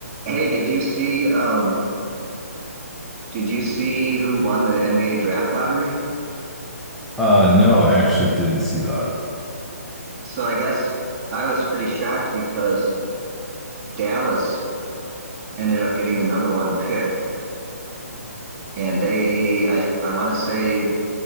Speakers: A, on the right; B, in the centre.
A: Hey, did you see um did you see who won the NBA draft lottery?
B: Uh, no, I actually didn't see that.
A: So I guess I was pretty shocked because Dallas ended up getting the number one pick and they I I want to say